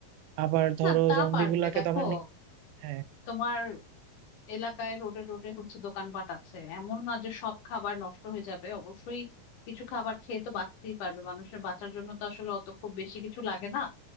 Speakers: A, on the right; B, on the left.
A: আবার ধরো
B: না তা
A: জম্বি
B: পারবে
A: গুলাকে
B: দেখো
A: তো আমার নি- হ্যাঁ
B: তোমার এলাকায় রোডে রোডে হচ্ছে দোকানপাট আছে এমন না যে সব খাবার নষ্ট হয়ে যাবে অবশ্যই কিছু খাবার খেয়ে তো বাঁচতেই পারবে মানুষের বাঁচার জন্য তো আসলে অত খুব বেশি কিছু লাগে না